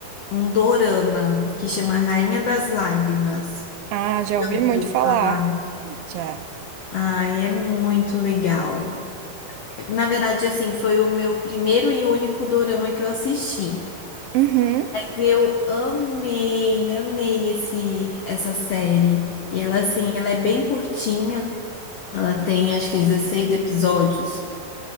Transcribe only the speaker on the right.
Ah, já ouvi muito
falar.
Já.
Uhum.